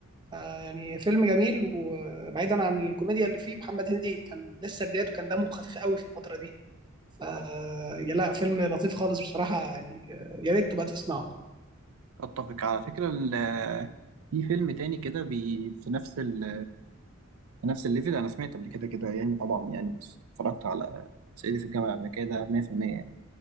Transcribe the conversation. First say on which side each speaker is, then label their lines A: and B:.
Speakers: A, on the right; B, on the right.
A: آه، يعني فيلم جميل وبعيدا عن الكوميديا اللي فيه محمد هنيدي كان لسه بدايته كان دمه خفيف قوي في الفترة دي ف يا لا فيلم لطيف خالص بصراحة يعني آه، يا ريت تبقى تسمعه
B: اتفق على فكره ال- في فيلم تاني كده بي في نفس ال في نفس الليفل انا سمعت قبل كده كده يعني طبعا يعني بس اتفرجت على صعيدي في الجامعه الامريكيه ده 100% يعني